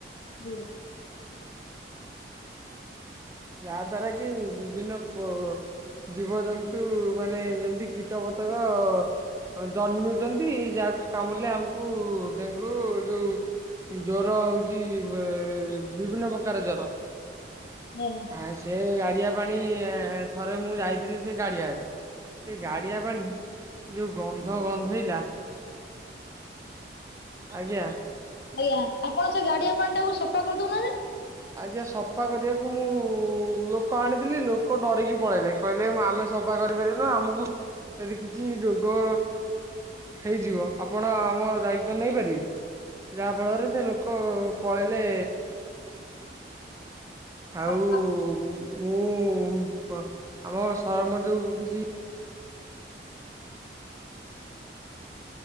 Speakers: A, on the left; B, on the right.
A: ଇଏ
B: ଯାହାଦ୍ଵାରା କି ବିଭିନ୍ନ ପ ଜୀବଜନ୍ତୁ ମାନେ ଯେମିତି କୀଟ ପତଙ୍ଗ ଅ ଜନ୍ମୁଚନ୍ତି ଯାହାକୁ କାମୁଡିଲେ ଆମକୁ ଡେଙ୍ଗୁ ଯୋଉ ଜର ହୋଉଛି ବିଭିନ୍ନ ପ୍ରକାର ଜର।
A: ଆଜ୍ଞା
B: ଆ ସେ ଗାଡିଆ ପାଣି ଥରେ ମୁଁ ଯାଇଥିଲି ସେ ଗାଡିଆ ଆଡେ ସେ
A: ଆଜ୍ଞା
B: ଗାଡିଆ ପାଣି ଯୋଉ ଗନ୍ଧ ଗନ୍ଧେଇଲା ଆଜ୍ଞା।
A: ଆଜ୍ଞା ଆପଣ ସେ ଗାଡିଆ ପାଣି ଟାକୁ ସଫା କରିଦଉନା
B: ଆଜ୍ଞା ସଫା କରିବାକୁ ମୁଁ ଲୋକ ଆଣିଥିଲି ଲୋକ ଡରିକି ପଳେଇଲେ, କହିଲେ ଆମେ ସଫା କରିପାରି ନା ଆମକୁ ଯଦି କିଛି ରୋଗ ହେଇଯିବ ଆପଣ ଆମ ଦାୟିତ୍ୱ ନେଇପାରିବେ? ଯାହା ଫଳରେ ସେ ଲୋକ ପଳେଇଲେ ଆଉ
A: ଆପ ଆପ
B: ମୁଁ ଆମ ସରପଞ୍ଚ କି